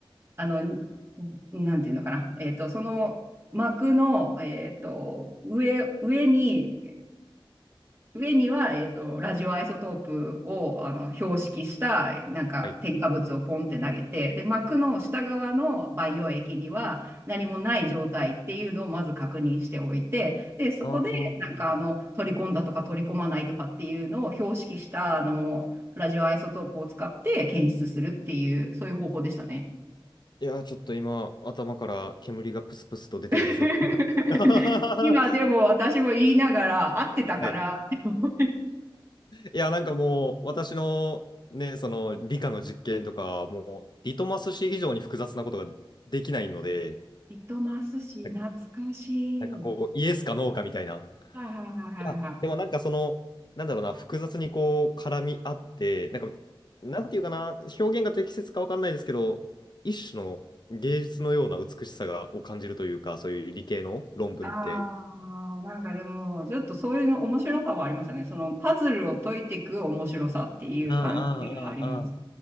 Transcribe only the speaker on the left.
はい。
あー
いやー、ちょっと今、頭から煙がプスプスと出ている状態。
<laughs> は
い。いや、なんかもう、私のね、その理科の実験とか、もう、リトマス紙以上に複雑なことができないので、
な
なんかこう、
イエスかノーかみたいな。
や、でもなんかその、なんだろうな、複雑にこう絡み合って、なんか、なんていうかな、表現が適切かわかんないですけど、一種の芸術のような美しさがを感じるというか、そういう理系の論文って。
ああ、ああ、あ